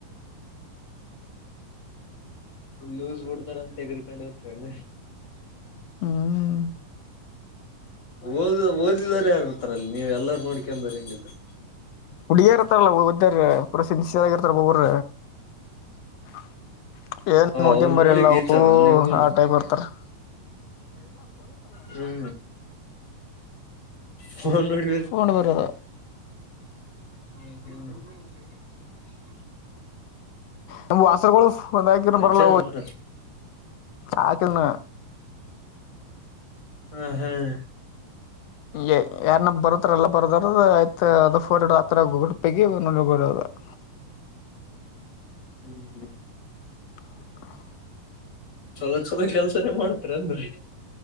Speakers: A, on the left; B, on the left.
A: ಲೂಸ್ ಬಿಡ್ತಾರಂತ ತೆಗರ್ಕೊಂಡ್ ಹೋಕಿರ ಏನ್ <inaudible>
B: <inaudible>
A: ಓದ ಓದಿಲ್ಲದಾರ ಯಾರ ಬರ್ತಾರ ಅಲ್ಲಿ ನೀವ ಎಲ್ಲಾರ ನೋಡಕೊಂಡ ಬರಿತೀರಿ <inaudible>
B: ಹುಡಿಗ್ಯಾರ ಇರ್ತವ ಅಲ್ಲ ಓದಿ ಕ್ಯಾರ ಒಬ್ಬರ ಶಾಲೆಗ ಇರತ್ತಾರ ಒಬ್ಬರ <inaudible> ಏನ್ ನೋಡಕೊಂಡ
A: ಅವ್ರ
B: ಬರಿಯಲ್ಲ
A: ನೋಡಿ ಗೀಚಾರ
B: ಅವು
A: ನೀವು
B: ಆ ಟೈಪ್ ಬರ್ತಾರ. <inaudible>
A: ಹೂ ಫೋನ್ ನೋಡಿ <inaudible> <unintelligible>
B: ನೋಡಿ ಬರದ <inaudible>
A: ಹು ಹು <inaudible> <unintelligible>
B: ನಮ್ಮ ವಾಸರಗೋಳು ಒಂದ ಹಾಕಿದರ
A: ಅಜ್ಜದ
B: ಬರಲ್ಲ ಅವು
A: ಅಂದ್ರ
B: ಹಾಗ ಅಲ್ಲ <inaudible>
A: ಹ ಹೇಳ ಲೇ <inaudible>
B: ಏ ಎನಕ್ಕ ಬರುತ್ತ. <inaudible> ಹತ್ರ ಎಲ್ಲ ಬರ್ದಾರು ಆಯ್ತ ಅದರ ಫೋಡ ಹತ್ತರಾಗೂ <inaudible> <unintelligible>
A: <inaudible>
B: <inaudible>
A: ಚಲೋ ಚಲೋ ಕೆಲ್ಸನೇ ಮಾಡ್ತ್ರಿ. <inaudible>